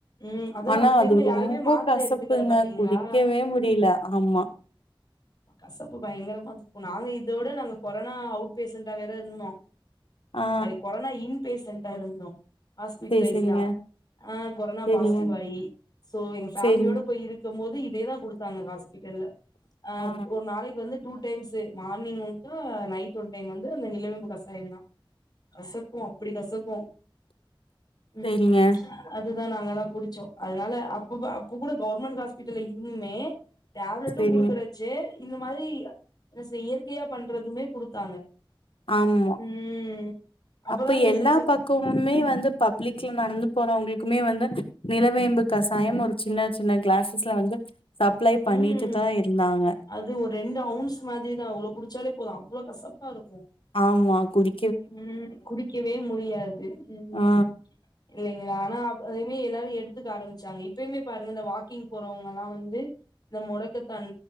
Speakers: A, on the left; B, on the left.
A: உம் அதெல்லாம்
B: ஆனா
A: அந்த டைம்ல
B: அது
A: யாருமே
B: ரொம்ப
A: மாத்திர
B: கசப்புங்க
A: எடுத்துக்கத பாத்தீங்களா
B: குடிக்கவே முடியல ஆமா
A: கசப்பு பயங்கரமா இருக்கும் நாங்க இதோட நாங்க கொரோனா அவுட் பேஷண்டா வேற இருந்தோம்
B: ஆ
A: சாரி கொரோனா இன்பேசன்டா இருந்தும் ஹாஸ்பிட்டலைஸ்ரா
B: சேரி சேரிங்க
A: ஆ கொரோனா
B: சேரிங்க
A: பாசிட்டிவ் ஆகி சோ எங்க ஃபேமிலியோட
B: சேரிங்க
A: போய் இருக்கும் போது இதேதா கொடுத்தாங்க ஹாஸ்பிட்டல்ல அ
B: ஆ
A: ஒரு நாளைக்கு வந்து டூ டைம்ஸு மானிங் ஒருக்கா நைட் ஒன் டைம் வந்து அந்த நிலவேம்பு கசாயம் தான் கசக்கும் அப்டி கசக்கும் உம்
B: சேரிங்க
A: அதுதான் நாங்க எல்லாம் குடிச்சோம் அதனால அப்ப அப்ப கூட கவுவர்மெண்ட் ஹாஸ்பிட்டல்ல இருந்துமே டேப்லெட்டும்
B: சேரிங்க
A: குடுக்குறச்சு இந்த மாதிரி என்ன செ இயற்கையா பண்றதுமே குடுத்தாங்க
B: ஆமா
A: ம் அப்பதா
B: அப்ப
A: தெரிஞ்சிச்சு
B: எல்லா பக் கொமே வந்து பப்ளிக்ல நடந்து போறவங்களுக்குமே வந்து நிலவேம்பு கசாயம் ஒரு சின்ன சின்ன கிளாஸஸ்ல வந்து சப்ளை பண்ணிட்டு
A: ம்
B: தான் இருந்தாங்க
A: அது ஒரு ரெண்டு அவுண்ட்ஸ் மாதிரிதான் அவ்ளோ குடிச்சாலே போதும் அவ்வளோ கசப்பா இருக்கும்
B: ஆமா குடி
A: உம் குடிக்கவே முடியாது உம்
B: ஆ
A: இல்லைங்களா ஆனா அதையுமே எல்லாரும் எடுத்துக்க ஆரம்பிச்சாங்க இப்பயுமே பாருங்க இந்த வாக்கிங் போறவங்க எல்லாம் வந்து இந்த முடக்கத்தான்